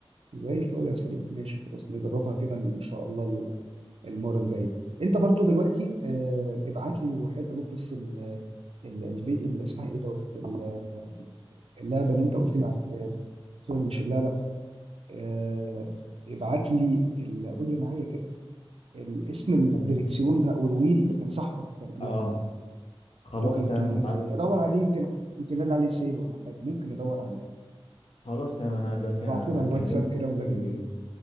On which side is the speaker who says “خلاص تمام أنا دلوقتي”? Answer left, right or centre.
Left